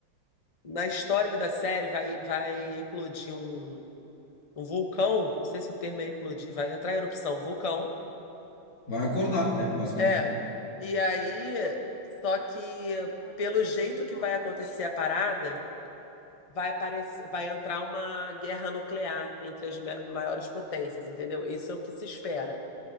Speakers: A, on the left (about 35°); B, on the left (about 65°).
A: Na história ali da série, vai, vai eclodir um um vulcão, não sei se o termo é eclodir, vai entrar em erupção, vulcão.
B: Vai acordar, é, basicamente.
A: É. E aí, só que pelo jeito que vai acontecer a parada, vai aparecer, vai entrar uma guerra nuclear entre as ma- maiores potências, entendeu? Isso é o que se espera,